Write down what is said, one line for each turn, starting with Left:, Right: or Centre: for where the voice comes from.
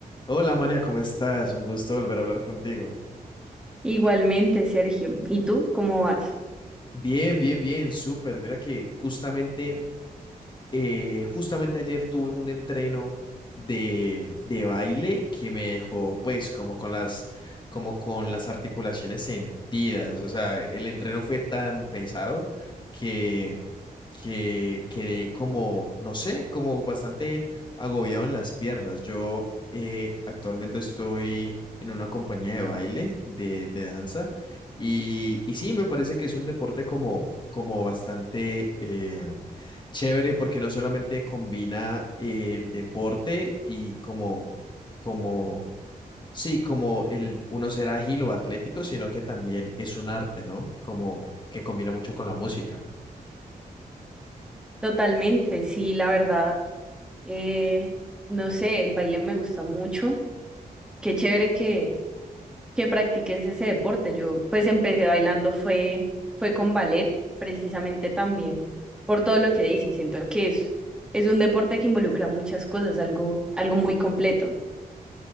Left: Hola María, ¿cómo estás? Un gusto volver a hablar contigo.
Centre: Igualmente, Sergio. ¿Y tú cómo vas?
Left: Bien, bien, bien, súper. Mira que justamente Eh, justamente ayer tuve un entreno de, de baile que me dejó pues como con las, como con las articulaciones sentidas. O sea, el entreno fue tan pesado que, que quedé como, no sé, como bastante agobiado en las piernas. Yo eh, actualmente estoy en una compañía de baile, de, de danza, y, y sí, me parece que es un deporte como, como bastante... eh, chévere porque no solamente combina el deporte y como, como, sí, como el uno ser ágil o atlético, sino que también es un arte, ¿no? Como que combina mucho con la música.
Centre: Totalmente, sí, la verdad. eh, no sé, el baile me gusta mucho. Qué chévere que, que practiques ese deporte. Yo pues empecé bailando, fue, fue con ballet, precisamente también por todo lo que dices. Siento que es, es un deporte que involucra muchas cosas, algo, algo muy completo.